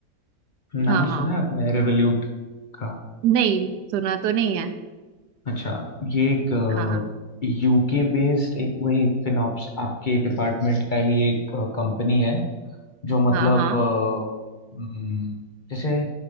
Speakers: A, on the left; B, on the right.
A: नाम
B: हाँ हाँ
A: सुना है आपने रेवल्यूट का
B: नहीं सुना तो नहीं है
A: अच्छा ये एक
B: हाँ हाँ
A: यूके बेस्ड एक वही फिनॉप्स आपके डिपार्टमेंट का ही एक कंपनी है जो मतलब
B: हाँ हाँ
A: अ, हम्म, जैसे